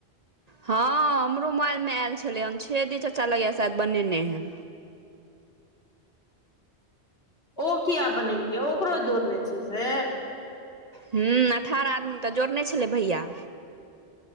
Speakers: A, on the right (about 40°); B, on the left (about 65°).
A: हँ हमरो मोबाइल मे आयल छले हेन छेदि चाचा लगैया शायद बनेने हे
B: ओ किया बनेलकै ओकरो जोड़ने छै से
A: ह्मँ अठारह आदमी तऽ जोरने छलै भैया